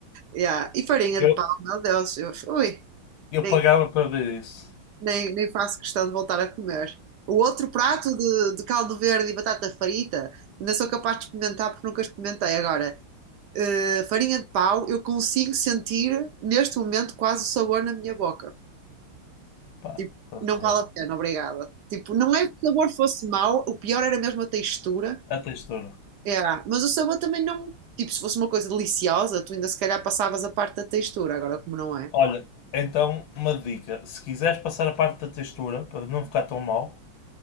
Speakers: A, on the right; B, on the left.
A: yeah. E farinha
B: Eu,
A: de pau, meu Deus, eu, ui,
B: eu
A: nem,
B: pagava para ver isso.
A: nem, nem faço questão de voltar a comer. O outro prato de, de caldo verde e batata frita, ainda sou capaz de experimentar porque nunca experimentei. Agora, eh, farinha de pau, eu consigo sentir neste momento quase o sabor na minha boca.
B: Pá,
A: Tipo,
B: estás
A: não vale
B: a ver?
A: a pena, obrigada. Tipo, não é que o sabor fosse mau, o pior era mesmo a textura.
B: A textura.
A: É, mas o sabor também não. Tipo, se fosse uma coisa deliciosa, tu ainda se calhar passavas a parte da textura, agora como não é.
B: Olha, então uma dica. Se quiseres passar a parte da textura, para não ficar tão mal,